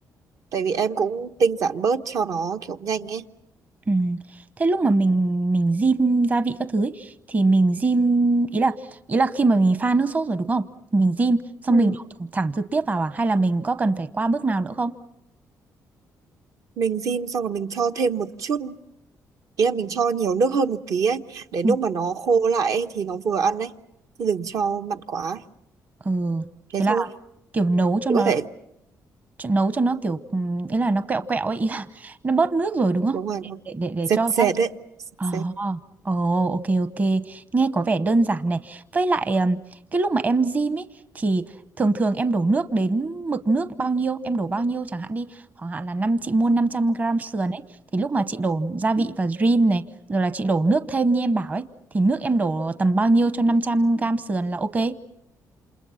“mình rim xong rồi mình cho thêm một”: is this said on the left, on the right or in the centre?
Right